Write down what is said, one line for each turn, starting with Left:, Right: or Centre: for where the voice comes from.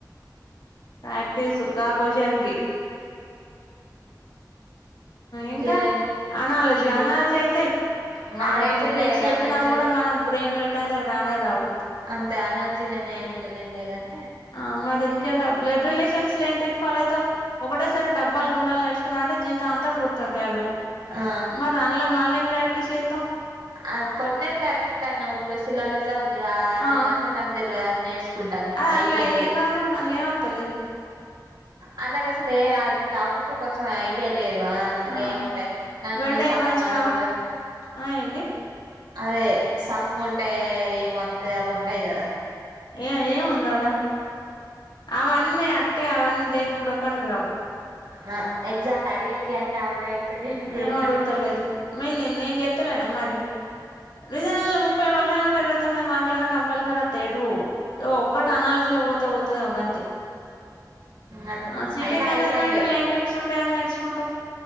Left: ప్రాక్టీసు గా క్వషన్ కి
Right: ఇంకే
Left: ఇంకా అనాలజీ
Right: ఇంక ఇంగ్లీష్
Left: అనాలజీ అయితే వాడు
Right: అనాలజీ
Left: అన్ని ట్రిక్స్
Right: లేదు
Left: చెప్పినా
Right: అనాలజీ
Left: కూడా మనం బ్రెయిన్ పెట్టంది అవి రానే రావు
Right: అంతే అనల్జీ నేనే ఏమి వింటలేనులే గానీ
Left: ఆ మరి ఇంకేంట బ్లడ్ రిలేషన్స్ లో ఏం ట్రిక్ ఫాలో అవుతావు ఒకటేసారి డబ్బాలు గుండాలు నేర్చుకున్నా వంటే జీవితాంతం గుర్తుంటాయి అవి
Right: ఆ
Left: మరి అన్ల మళ్లా ఎం ప్రాక్టీస్ సేత్తావ్
Right: అద్ కొన్నే క్లాస్లుంటన్నవ్, ఇప్పుడు శిలోలిజా ఉంది అది
Left: ఆ
Right: మాత్రం నాక్ తెల్వ్వదు అది నేస్. కుంటా <unintelligible> అయిపెంది
Left: అందులో ఏం రాదు అందులో ఏం వత్తలేదు
Right: ఆ నాకసలు ఏ అది టాపిక్ ఏ కొంచెం ఐదేల్ లేదు అందులో
Left: ఆ
Right: ఏముంటాయి నన్ను
Left: వెన్ డయాగ్రామ్స్
Right: సమ్ము అనుకుంటా.
Left: రావా ఆ ఏంటి
Right: అదే సమ్ ఉంటే ఏ మొత్తయి అవి ఉంటాయి గదా
Left: ఇగ ఏం ఉందాడా అవన్నీ అట్టిగా అవన్నీ దేనిగూడ పనికి రావు
Right: హ ఎక్జాలో అడిగేటి అన్ని అవే దేనిక్కూడా
Left: ఏం
Right: పనికి
Left: అడుగుతలేరు
Right: <inaudible>
Left: నేను నేను చెత్తలేనా మరి రీజనింగ్ లా ముప్పై క్వశన్లు ఉంటాయి ఇరువై తొమ్మీది మార్కులనాక్ కంపల్సరీ అత్తయ్ ఎటుపోవ్ ఒక్కటి అనాలజీలో పోతే పోతందేమో గంతే
Right: అంతే
Left: ఆ సీటింగ్
Right: అయినా
Left: అరేంజ్మెంట్
Right: అయిపోయింది
Left: లేన్ ట్రిక్స్ ఉంటాయని నేర్చకుంటవ్.